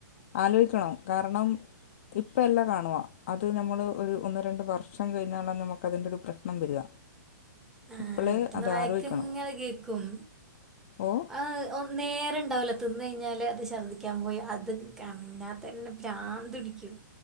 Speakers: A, on the left (about 40°); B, in the centre.
A: ആലോയിക്കണം കാരണം ഇപ്പയല്ല കാണുവ അ ത് നമ്മള് ഒരു ഒന്ന് രണ്ട് വർഷം കഴിഞ്ഞാല നമുക്കതിൻ്റെ ഒരു പ്രശ്നം വരിക
B: ആഹ്
A: ഇപ്പോഴേ
B: വീട്ട്ന്ന്
A: അത്
B: വയക്കിങ്ങനെ
A: ആലോചിക്കണം
B: കേക്കും
A: ഓ
B: ആഹ് ഒന്ന് നേരണ്ടാവല. ത്തിന്ന് കയിഞ്ഞാല് അത് ഛർദ്ദിക്കാൻ പോയി അത് കഞ്ഞാ തന്നെ പ്രാന്തുടിക്കും